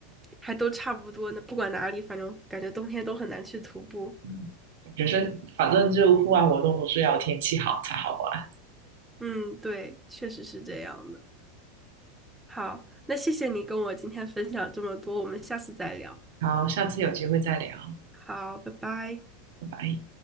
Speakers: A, in the centre; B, on the right (about 75°).
A: 还都差不多呢，不管哪里，反正感觉冬天都很难去徒步。
B: 嗯，感觉是，反正就户外活动都是要天气好才好玩。
A: 嗯，对，确实是这样的。好，那谢谢你跟我今天分享这么多，我们下次再聊。
B: 好，下次有机会再聊，
A: 好，拜拜。
B: 拜拜。